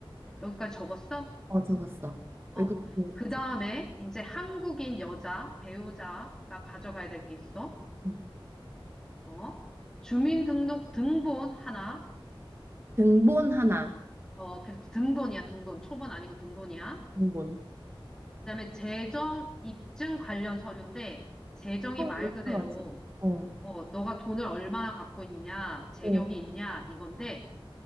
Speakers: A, in the centre; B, on the right.
A: 여기까지 적었어?
B: 어, 적었어.
A: 어.
B: 외국인 등록증.
A: 그 다음에 이제 한국인 여자 배우자가 가져가야 될 게 있어.
B: 음, 음.
A: 어. 주민등록 등본 하나.
B: 등본 하나,
A: 어, 그래도 등본이야, 등본. 초본 아니고 등본이야.
B: 등본.
A: 그다음에 재정 입증 관련 서류인데 재정이
B: 어,
A: 말
B: 왜
A: 그대로
B: 필요하지? 어,
A: 어, 너가 돈을 얼마나 갖고 있냐, 재력이
B: 어,
A: 있냐 이건데